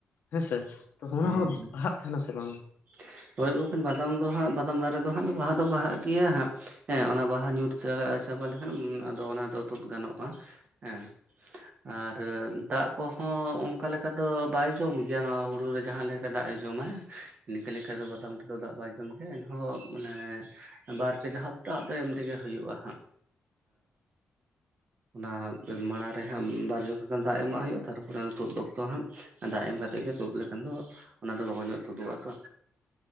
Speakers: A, on the left; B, on the right.
A: ᱦᱮᱸᱥᱮ ᱛᱚ
B: ᱦᱮᱸ
A: ᱚᱱᱟ ᱦᱚᱸ ᱵᱟᱦᱟᱜ ᱛᱟᱦᱮᱱᱟ ᱥᱮ ᱵᱟᱝ
B: <inaudible> ᱦᱳᱭ ᱜᱚᱝᱠᱮ ᱵᱟᱫᱟᱢ ᱫᱚ ᱦᱟᱸᱜ ᱵᱟᱫᱟᱢ ᱫᱟᱨᱮ ᱫᱚ ᱦᱟᱸᱜ ᱵᱟᱦᱟ ᱫᱚ ᱵᱟᱦᱟᱜ ᱜᱮᱭᱟ ᱦᱟᱸᱜ ᱦᱮᱸ ᱚᱱᱟ ᱵᱟᱦᱟ ᱧᱩᱨ ᱪᱟᱵᱟ ᱞᱮᱠᱷᱟᱱ ᱩᱱ ᱟᱫᱚ ᱚᱱᱟ ᱫᱚ ᱛᱩᱫ ᱜᱟᱱᱚᱜᱼᱟ ᱦᱮᱸ ᱟᱨ ᱫᱟᱜ ᱠᱚᱦᱚᱸ ᱚᱱᱠᱟ ᱞᱮᱠᱟ ᱫᱚ ᱵᱟᱭ ᱡᱚᱢ ᱜᱮᱭᱟ ᱱᱚᱣᱟ ᱦᱩᱲᱩ ᱨᱮ ᱡᱟᱦᱟ ᱞᱮᱠᱟ ᱫᱟᱜ ᱮ ᱡᱚᱢᱟ ᱤᱱᱠᱟᱹ ᱞᱮᱠᱟ ᱵᱟᱫᱟᱢ ᱛᱮᱫᱚ ᱫᱟᱜ ᱵᱟᱭ ᱡᱚᱢ ᱜᱮᱭᱟ ᱮᱱᱦᱚᱸ ᱢᱟᱱᱮ ᱵᱟᱨ ᱯᱮ ᱫᱷᱟᱣ ᱫᱟᱜ ᱫᱚ ᱮᱢ ᱛᱮᱜᱮ ᱦᱩᱭᱩᱜ-ᱟ ᱦᱟᱸᱜ ᱚᱱᱟ ᱢᱟᱲᱟᱝ ᱨᱮ ᱦᱟᱸᱜ ᱵᱟᱨ ᱡᱚᱠᱷᱟ ᱜᱟᱱ ᱫᱟᱜ ᱮᱢᱟᱜ ᱦᱩᱭᱩᱜ-ᱟ ᱛᱟᱨᱯᱚᱨᱮ ᱛᱳᱫ ᱚᱠᱛᱚ ᱦᱟᱸᱜ ᱫᱟᱜ ᱮᱢ ᱠᱟᱛᱮ ᱜᱮ ᱠᱷᱟᱱ ᱫᱚ ᱚᱱᱟ ᱫᱚ ᱞᱚᱜᱚᱱ ᱧᱚᱜ ᱛᱩᱫᱩᱜ-ᱟ ᱛᱚ